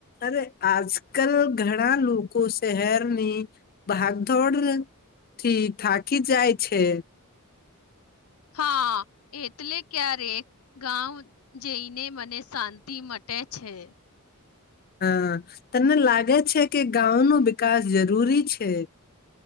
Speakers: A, on the left (about 40°); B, on the left (about 75°).
A: અરે આજકલ ઘણા લોકો શહેરની ભાગધોડ થી થાકી જાય છે.
B: હા એટલે ક્યારે ગાઉ જઈને મને શાંતિ મટે છે.
A: હા તને લાગે છે, કે ગાઉ નુ વિકાસ જરૂરી છે.